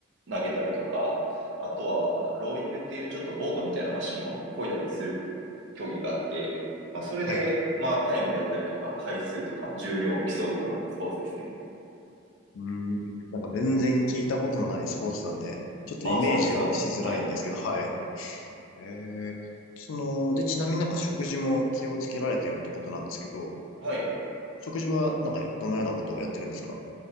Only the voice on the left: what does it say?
はい。う
ーん。なんか全然聞いたことのないスポーツなんで、ちょっとイメージはしづらいんですけど、
はい。えー、その、で、ちなみになんか食事も気をつけられてるってことなんですけど、
食事は、なんか、どのようなことをやってるんですか